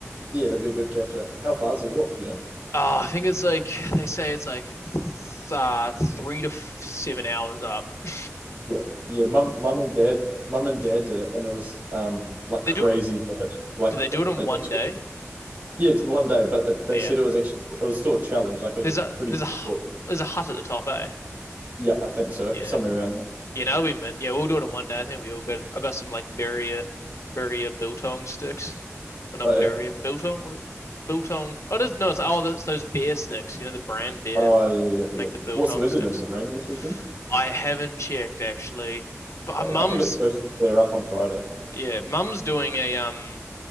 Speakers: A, on the right; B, on the left.
A: Yeah, it'd be a good catch up. How far's the walk? Do you know?
B: Oh, I think it's like they say it's like th- uh, three to f- seven hours up. <laughs>
A: Yeah, yeah. Mum, mum and dad, mum and dad did it, and it was um like
B: they
A: crazy
B: do.
A: vert, like
B: Did they do
A: it-
B: it in
A: actually-
B: one day?
A: yeah, it's one day. But it- they
B: Oh, yeah.
A: said it was actually it was still a challenge. Like it was
B: There's
A: a
B: a
A: pretty
B: there's
A: big
B: a
A: book.
B: there's a hut at the top, eh?
A: Yeah, I think so,
B: Yeah,
A: somewhere
B: yeah.
A: around there.
B: Yeah, now we meant. Yeah, we'll do it in one day. I think it'll be all good. I got some like Beria, Beria biltong sticks. Oh, not
A: Oh
B: Beria
A: yeah,
B: biltong. What is, biltong? Oh, there's, no, it's all those those beer sticks. You know the brand beer
A: oh yeah, yeah,
B: make
A: yeah. yeah.
B: the biltong
A: What's the weather
B: sticks.
A: doing? Is it raining this weekend?
B: I haven't checked actually, but uh,
A: Uh,
B: mum's
A: I think it's supposed to clear up on Friday.
B: yeah, mum's doing a um,